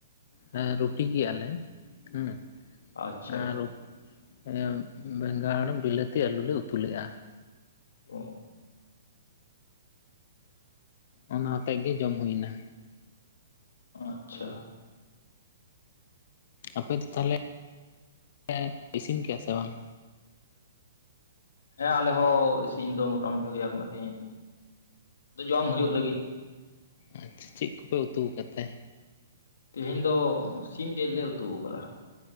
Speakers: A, on the left; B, on the left.
A: ᱫᱚ ᱨᱩᱴᱤ ᱠᱮᱜ ᱟᱞᱮ, ᱦᱩᱸ ᱾
B: ᱟᱪᱪᱷᱟ
A: ᱟᱨ ᱮᱸ ᱵᱮᱸᱜᱟᱲ ᱵᱤᱞᱟᱹᱛᱤ ᱟᱹᱞᱩ ᱞᱮ ᱩᱛᱩ ᱞᱮᱜᱼᱟ ᱾
B: ᱚᱻ
A: ᱚᱱᱟ ᱟᱛᱮᱜ ᱜᱮ ᱡᱚᱢ ᱦᱩᱭᱱᱟ᱾
B: ᱟᱪᱪᱷᱟᱼᱼ
A: ᱟᱯᱮ ᱫᱚ ᱛᱟᱦᱚᱞᱮ ᱞᱮ ᱤᱥᱤᱱ ᱠᱮᱭᱟ ᱥᱮ ᱵᱟᱝ?
B: ᱦᱮᱸ ᱟᱞᱮ ᱦᱚᱸ ᱤᱥᱤᱱ ᱫᱚ ᱢᱚᱴᱟ ᱢᱩᱩᱴᱤ ᱦᱭᱟ ᱟᱠᱟᱱᱟ ᱾ ᱛᱤᱦᱤᱧ ᱡᱚᱢ ᱦᱩᱭᱩᱜ ᱞᱟᱹᱜᱤᱫ᱾
A: ᱟᱪᱪᱷᱟ ᱪᱮᱫ ᱠᱚᱯᱮ ᱩᱛᱩ ᱠᱟᱫ ᱛᱮ?
B: ᱛᱮᱦᱮᱧ ᱫᱚ ᱥᱤᱢ ᱡᱮᱞ ᱞᱮ ᱩᱛᱩ ᱟᱠᱟᱫᱟ ᱾